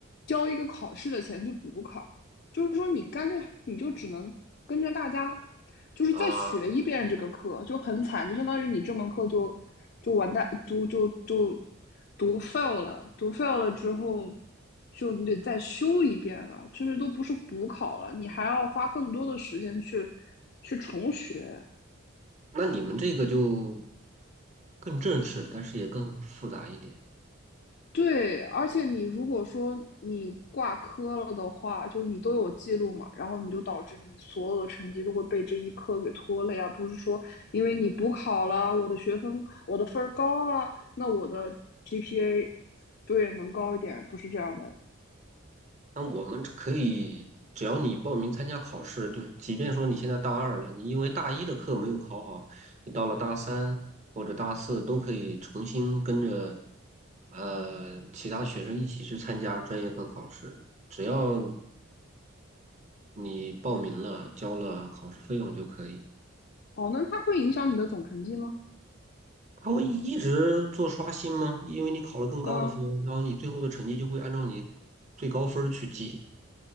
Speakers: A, on the left; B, on the right.
A: 交一个考试的钱去补考。就是说你干脆你就只能跟着大家，就是再学一遍这个课，
B: 啊。
A: 就很惨，就相当于你这门课就就完蛋，读就就读 fail 了，读 fail 了之后，就你得再修一遍了，甚至都不是补考了，你还要花更多的时间去去重学，
B: 那你们这个就更正式，但是也更复杂一点。
A: 对，而且你如果说你挂科了的话，就是你都有记录嘛，然后你就导致你所有的成绩都会被这一科给拖累啊，而不是说因为你补考了，我的学分我的分儿高了，那我的 GPA 对，能高一点，不是这样的。
B: 那我们可以，只要你报名参加考试，就是即便说你现在大二了，你因为大一的课没有考好，你到了大三或者大四都可以重新跟着呃其他学生一起去参加专业课考试，只要你报名了，交了考试费用就可以。
A: 哦，那它会影响你的总成绩吗？
B: 他会一直做刷新吗？因为你考了更高的分，
A: 嗯，
B: 然后你最后的成绩就会按照你最高分儿去记。